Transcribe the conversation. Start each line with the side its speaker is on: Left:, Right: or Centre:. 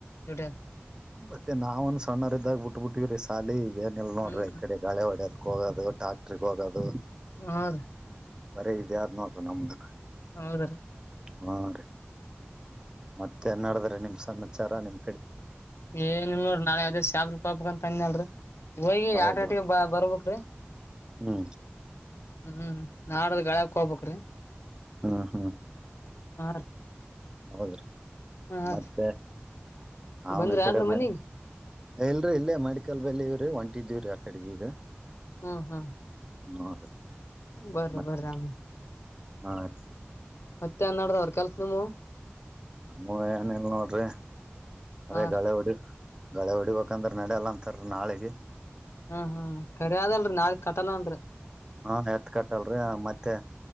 Left: ದುಡದು
Right: ಮತ್ತೆ ನಾವನ್ ಸಣ್ಣರ್ದಾಗ ಬಿಟ್ಟ ಬಿಟ್ಟಿವವ್ರೀ ಸಾಲಿ ಏನಲ್ ನೋಡ್ರಿ
Left: ಹ್ಮ್
Right: ಈ ಕಡೆ ಗಳೆ ಹೊಡದಕ್ ಹೋಗೋದು. ಡಾಕ್ಟ್ರಿಗೆ ಹೋಗೋದು.
Left: ಹ ರಿ.
Right: ಬರಿ ಇದೇ ಐತ ನೋಡ್ರೀ ನಮ್ದನ.
Left: ಹೌದ ರೀ.
Right: ಹಾ ರೀ ಮತ್ತೆ ನಡದ್ರ ನಿಮ್ ಸಮಾಚಾರ ನಿಮ.
Left: ಏನಲ್ ನಾಳೆ ಅದೇ ಸ್ಯಾಬ್ರ ಕ ಹಬೇಕಕ್ ಅಂತ ಅನ್ ಅಲ್ರಿ ಹೋಗೋಗಿ
Right: ಹೌದು
Left: ಏಟಾಟಿಗೆ ಬ ಬರ್ಬೇಕ್ರೀ
Right: ಹ್ಮ್
Left: ಹ್ಮ್ ನಾಡ್ದ ಗಳ್ಯಾಕ್ ಹೋಗ್ಬ್ರೀ
Right: ಹ್ಮ ಹ್ಮ್
Left: ರೀ
Right: ಹೌದ್ರಿ
Left: ಹಾ
Right: ಮತ್ತೆ.
Left: ರೀ ಬಂದ್ರಿ
Right: ನ್ನ ಕಡೆ
Left: ಏನ್ರಿ
Right: ಮ
Left: ಮನಿಗ್
Right: ಇಲ್ರರಿ ಇಲ್ಲೇ ಮೆಡಿಕಲ್ ಬೆಲ್ಲಿ ಇವ್ರಿ ಒಂಟ. ಇಟ್ಟಿದ್ದೀವ ರೀ ಆ ಕಡೆ ಈಗ.
Left: ಹ್ಮ ಹಾ.
Right: <unintelligible>
Left: ಬರ
Right: ಮತ್ತೆ
Left: ಬರ ಆಮ.
Right: ಹಾ ರೀ.
Left: ಮತ್ತೆ ಅನ್ನಾಡ್ದವರು ಕೆಲ್ಸ ನೀವು.
Right: ನಮ್ಮ ಏನಲ್ ನೋಡ್ರಿ ಅದೇ
Left: ಹಾ
Right: ಗಳೆ ಹೊಡಿ. ಗಳೆ ಹೊಡಿಬೇಕಂದ್ರ ನಡಲ್ಲ ಅಂತ ರಿ ನಾಳಿಗಿ
Left: ಹ್ಮ್ ಹ್ಮ್ ಕರಿ ಅದಲ್ರಿ ನಾಳಗ್ ಕಟಲ್ಲನ್ರರಿ
Right: ಹಾ ಎತ್ ಕಟ್ಟಲ್ರಿ ಮತ್ತೆ